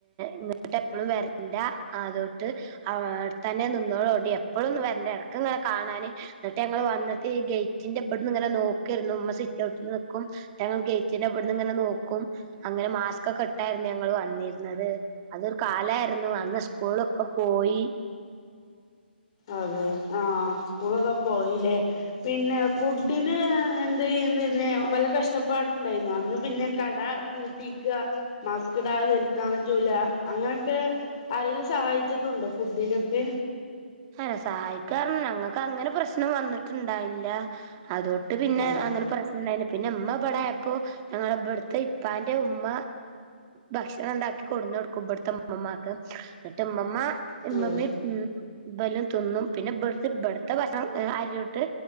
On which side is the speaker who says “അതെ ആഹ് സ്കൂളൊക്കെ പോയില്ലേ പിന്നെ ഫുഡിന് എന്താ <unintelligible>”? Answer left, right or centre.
Left